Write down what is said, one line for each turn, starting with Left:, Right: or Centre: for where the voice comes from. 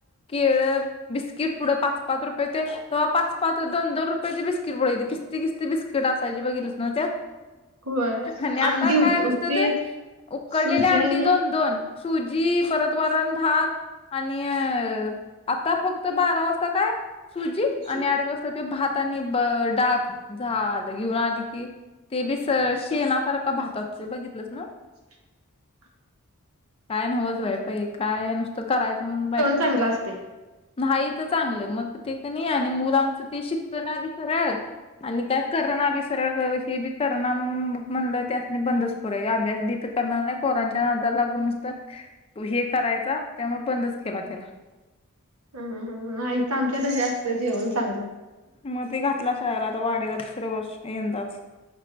Left: केळ. बिस्किट पुढे पाच पाच रुपये ते ते पाच पाच दोन दोन रुपयाची बिस्किट बघली किस्ती किस्ती बिस्किट असायची बघेच ना त्यात.
Right: होय
Left: आणि आता
Right: अंडी हुतीत
Left: काय नसत ते उकडलेले
Right: सुजी
Left: अंडी
Right: आणि
Left: दोन, दोन सुजी परत वराण भात आणि आता फक्त बारा वाजता काय सुजी
Right: सु
Left: आणि अडीच वाजता भाता आणि डाळात झालं घेऊन आली की ते बीस शेणासारख भात अस बघितलंच ना
Right: <inaudible>
Left: काय नवच बाई पई काय नुसतं करायचं म्हण बाय.
Right: चांगला असते.
Left: नाही तर चांगलं मग ते क नाही आणि मुलं आमचं ते शिकवणारी खर्या आणि काय कर ना बी सरळ हे बी कर ना म्हणून म्हणलं त्या असने बंदच. पुर अभ्यास बीत करणार ना पोरांच्या नादा लागूनच तर हे करायचा त्यामुळे बंदच केला त्याला
Right: ह ह नाही. तर आमच्यात जास्त जेवण चांगलं
Left: मग ते घातला शाळेला आता वाडीला दुसरे वर्ष यंदाच.